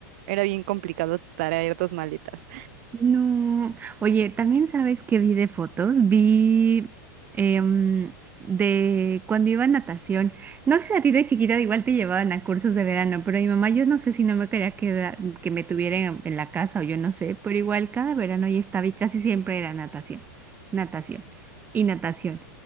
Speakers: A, on the right; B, on the right.
A: era bien complicado traer dos maletas.
B: No, oye, también sabes que vi de fotos, vi em, de cuando iba a natación. No sé si a ti de chiquita igual te llevaban a cursos de verano, pero mi mamá yo no sé si no me quería quedar, que me tuvieran en, en la casa o yo no sé, pero igual cada verano ya estaba y casi siempre era natación, natación y natación.